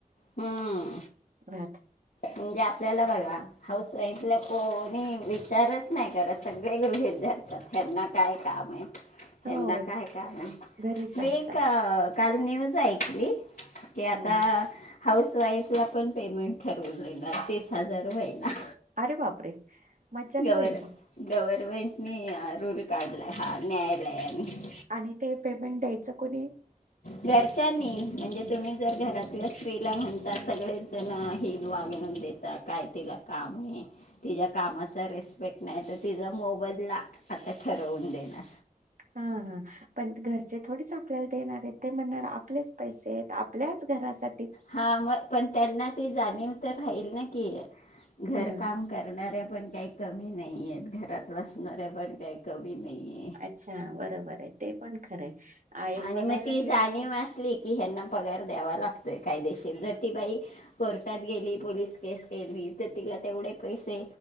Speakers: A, on the left (about 75°); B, on the right (about 65°).
A: हम्म
B: राहत.
A: म्हणजे आपल्याला बघा हाऊसवाईफला कोणी विचारस नाही करत, सगळे गृहीत धरतात त्यांना काय काम हाय.
B: हो
A: हेना काय काम हाय
B: घरीच
A: मी
B: असतात
A: एक काल न्युज ऐकली. ते आता.
B: हम्म.
A: हाऊस वाईफ ला पण पेमेंट ठरवून नये तीस हजार होई ना.
B: अरे बापरे. मज्जाच
A: गवर
B: होईल मग
A: गव्हर्मेंट नी आ रूल काडला हा न्यायालयाने.
B: आणि ते पेमेंट द्यायचं कोणी.
A: घरच्यांनी म्हणजे तुम्ही जर घरातल्या स्त्रीला म्हणता सगळेच जण हिन वागणू देता काय तिला काम आहे, तिच्या कामाचा रिस्पेक्ट नाही तर तिचा मोबदला आता ठरवून देणार.
B: हा हा पण घरचे थोडीच आपल्याला देणार आहेत ते म्हणणार आपलेच पैसे आहेत आपल्याच घरासा
A: हा म पण त्यांना ते जाणीव तर राहील नाही की
B: हा
A: घर काम करणार आहे पण काही कमी नाही आहेत घरात बसणाऱ्या पण काय कमी नाही आहे
B: अच्छा बरोबर आहे ते पण खरं आहे
A: आणि
B: <unintelligible> बघायला
A: मग ती
B: गेलं
A: जाणीव
B: तर
A: असली की ह्यांना पगार द्यावा लागतोय कायदेशीर जर ती बाई कोर्टात गेली पोलीस केस केली तर तिला तेवढे पैसे